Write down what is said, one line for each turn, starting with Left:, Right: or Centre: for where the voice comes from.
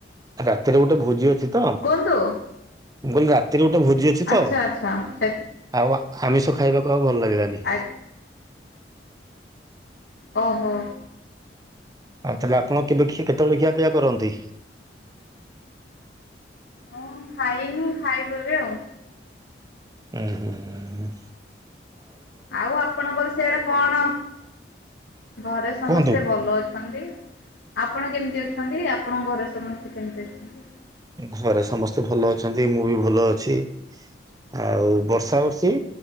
Right: ରାତିରେ ଗୋଟେ ଭୋଜି ଅଛି। ତ
Left: କୁହନ୍ତୁ।
Right: ମୁଁ କହିଲି ରାତିରେ ଗୋଟେ ଭୋଜି ଅଛି ତ
Left: ଆଚ୍ଛା ଆଚ୍ଛା ସେ
Right: ଆଉ ଆମିଷ ଖାଇବାକୁ ଆଉ ଭଲ ଲାଗିଲାନି।
Left: ଆ ଓହୋ।
Right: ଆଉ ତାହେଲେ ଆପଣ କେବେ କେତେବେଳେ ଖିଆପିଆ କରନ୍ତି?
Left: ହଁ ଖାଇନି ଖାଇବୁ ଏବେ ଆଉ।
Right: ହୁଁ ହୁଁ
Left: ଆଉ ଆପଣଙ୍କର ସିଆଡ଼େ କଣ? ଘରେ ସମସ୍ତେ
Right: କୁହନ୍ତୁ?
Left: ଭଲ ଅଛନ୍ତି। ଆପଣ କେମିତି ଅଛନ୍ତି? ଆ ଆପଣଙ୍କ ଘରେ ସମସ୍ତେ କେମିତି ଅଛନ୍ତି?
Right: ଘରେ ସମସ୍ତେ ଭଲ ଅଛନ୍ତି ମୁଁ ବି ଭଲ ଅଛି। ଆଉ ବର୍ଷା ବର୍ଷି?